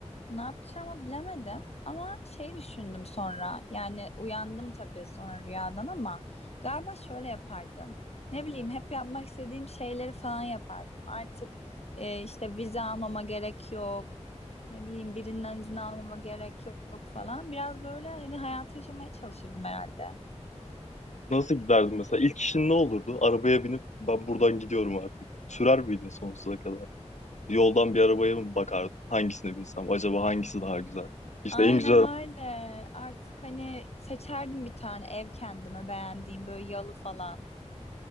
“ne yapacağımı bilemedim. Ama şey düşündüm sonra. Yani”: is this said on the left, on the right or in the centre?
Left